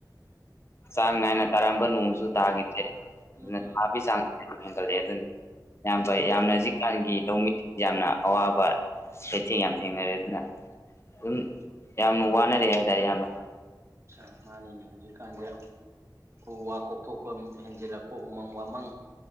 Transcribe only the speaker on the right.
ꯎꯝ
ꯎꯝ
ꯑꯠꯁꯥ ꯃꯥꯅꯤꯅꯦ ꯍꯧꯟꯖꯤꯛ ꯀꯥꯟꯖꯦ ꯎ ꯋꯥ ꯀꯣꯛꯊꯣꯛꯄ ꯍꯦꯟꯖꯤꯜꯂꯛꯄ ꯎꯃꯪ ꯋꯥꯃꯪ